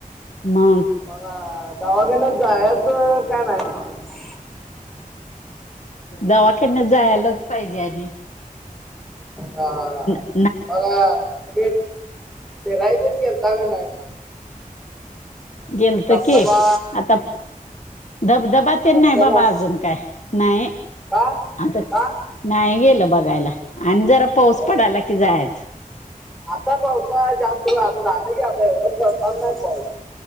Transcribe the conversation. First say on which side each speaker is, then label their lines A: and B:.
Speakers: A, on the left (about 55°); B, in the centre.
A: मग
B: बघा दवाखान्यात जायचं काय नाही? मग
A: दवाखान्यात जायलाच पाहिजे आधी.
B: हा, हा.
A: ना
B: बघा तुम्ही फिरायला ते गेलता ग नाही?
A: गेलतो
B: धबधबा
A: की आता धबधबा
B: धबधबा
A: नाही बाबा अजून काय नाही
B: का
A: आता
B: का
A: नाही गेलं बघायला आणि जरा पाऊस
B: हो
A: पडाला की जायच.
B: आता पावसा जास्त आता झाला की आता एवढंच पडनार नाही पाऊस.